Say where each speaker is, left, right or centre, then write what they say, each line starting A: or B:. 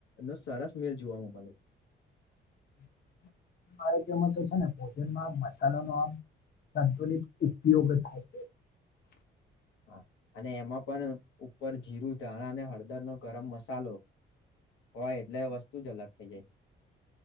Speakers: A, on the left; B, on the left.
A: નો સરસ મેલ જોવા મળે ભલે છે.
B: <inaudible> તો છે ને ભોજનમાં મસાલો નો આમ સંતુલિત ઉપયોગ થાય છે <inaudible>
A: હા અને એમાં પણ ઉપર જીરું ધાણા અને હળદરનો ગરમ મસાલો હોય એટલે વસ્તુ જ અલગ થઇ જાય.